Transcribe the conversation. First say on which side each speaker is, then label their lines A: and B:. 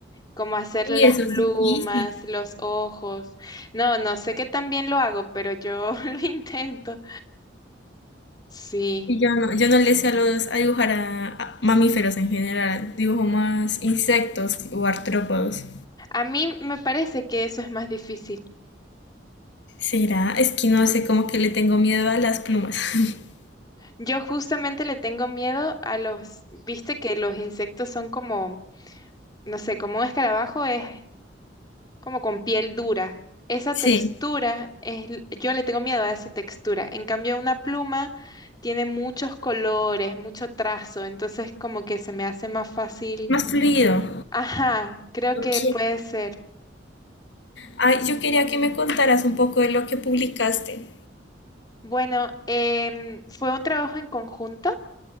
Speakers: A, on the left; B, on the left.
A: Como hacerle
B: Y
A: las
B: eso es
A: plumas,
B: difícil.
A: los ojos. No, no sé que también lo hago, pero yo <laughs> lo intento. Sí.
B: Y yo no, yo no le sé a los a dibujar a, a mamíferos en general. Dibujo más insectos o artrópodos.
A: A mí me parece que eso es más difícil.
B: Será, es que no sé, como que le tengo miedo a las plumas. <laughs>
A: Yo justamente le tengo miedo a los, viste que los insectos son como, no sé, como un escarabajo es como con piel dura. Esa
B: Sí,
A: textura, es, l- yo le tengo miedo a esa textura. En cambio, una pluma tiene muchos colores, mucho trazo, entonces como que se me hace más fácil.
B: más fluido.
A: Ajá, creo
B: Ok.
A: que puede ser.
B: Ay, yo quería que me contaras un poco de lo que publicaste.
A: Bueno, em, fue un trabajo en conjunto.